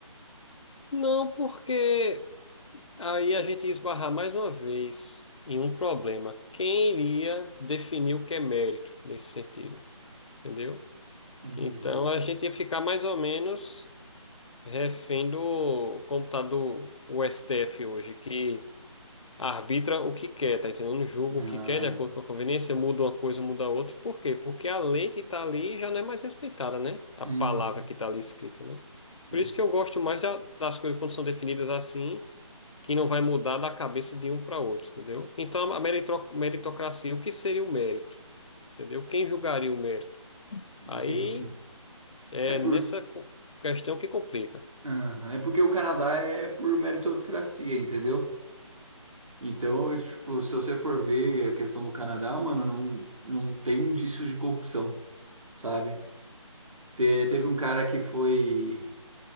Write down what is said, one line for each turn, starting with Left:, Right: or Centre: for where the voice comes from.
Left: Não, porque aí a gente ia esbarrar mais uma vez em um problema. Quem iria definir o que é mérito nesse sentido? Entendeu?
Right: Uhum.
Left: Então a gente ia ficar mais ou menos refém do computador, o STF hoje, que arbitra o que quer, tá entendendo? Julga
Right: Ah,
Left: o que quer de acordo com a conveniência, muda uma coisa, muda outra. Por quê? Porque a lei que tá ali já não é mais respeitada, né? A
Right: hum,
Left: palavra que tá ali escrita, né?
Right: sim,
Left: Por isso que eu gosto mais da- das coisas quando são definidas assim, que não vai mudar da cabeça de um para outro, entendeu? Então a meritro- meritocracia, o que seria o mérito? Entendeu? Quem julgaria o mérito? Aí
Right: entendi.
Left: é
Right: É por,
Left: nessa co- questão que complica.
Right: ah, é porque o Canadá é por meritocracia, entendeu? Então, tipo, se você for ver a questão do Canadá, mano, não, não tem indícios de corrupção, sabe? Te- teve um cara que foi